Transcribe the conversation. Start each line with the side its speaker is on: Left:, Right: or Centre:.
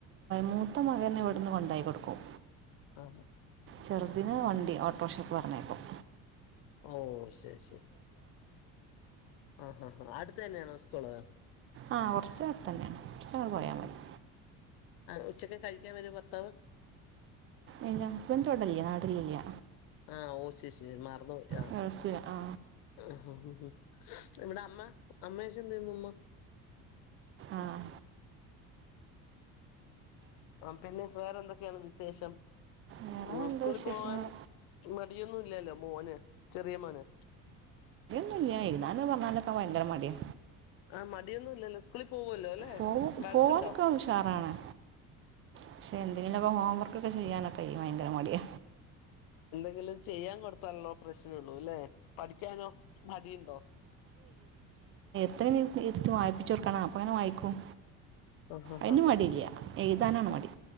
Right: മൂത്ത മകനെ ഇവിട്ന്ന് കൊണ്ടായിക്കൊടുക്കും
Left: ആ
Right: ചെറുതിനെ വണ്ടി ഓട്ടോർഷക്ക് പറഞ്ഞയ്ക്കും
Left: ഓ ശരി ശരി ആഹ് ഹാ ഹാ അട്ത്തന്നെണോ സ്കൂള്
Right: ആഹ് കൊറച്ചടതന്നേണ് കൊറച്ചഞ്ട് പോയാമതി
Left: ഉം ആ ഉച്ചക്ക് കഴിക്കാൻ വരോ ഭർത്താവ്
Right: എന്റെ ഹസ്ബന്റിവിടില്യ നാട്ടിലില്യ
Left: ആഹ് ഓ ശരിശരി മറന്നു ആഹ്
Right: ഗൾഫിൽ ആ
Left: ഹ് ഹ് ഇവിടെ അമ്മ അമ്മയൊക്കെ എന്തെയ്ന്നു അമ്മ
Right: ആഹ്
Left: ആഹ് പിന്നെ വേറെന്തൊക്കെയാണ് വിസേഷം
Right: വേറെ
Left: ഉം
Right: എന്താ
Left: സ്കൂളിപോവാൻ
Right: വിശേഷങ്ങൾ
Left: മടിയൊന്നും ഇല്ലാല്ലോ മോന് ചെറിയ മോന്
Right: ന്നൂല്യ എഴ്താന് പറഞ്ഞാലൊക്ക ഭയങ്കരമടിയാ
Left: ആഹ് മടിയൊന്നും ഇല്ലല്ലോ ഇസ്കൂളിൽ പോവൂല്ലോല്ലേ
Right: പോവും
Left: വഴക്കിണ്ടോ
Right: പോവാനൊക്കെ ഉഷാറാണ് പക്ഷെ എന്തെങ്കിലുവൊക്കെ ഹോംവർക്കൊക്കെചെയ്യാനൊക്കെ ഭയങ്കര മടിയ
Left: ന്തേലും ചെയ്യാൻകൊടുത്താള്ളൊ പ്രശ്നം ള്ളൂല്ലെ പഠിക്കാനൊ മടീണ്ടൊ
Right: അത്രേനേരിരിത്തി വായിപ്പിച്ചൊടുക്കണം അപ്പഴാണ് വായ്ക്കും
Left: ആ ആ
Right: അയ്ന്
Left: ആ ആ
Right: മടീല്ല്യ എയ്താനാമടി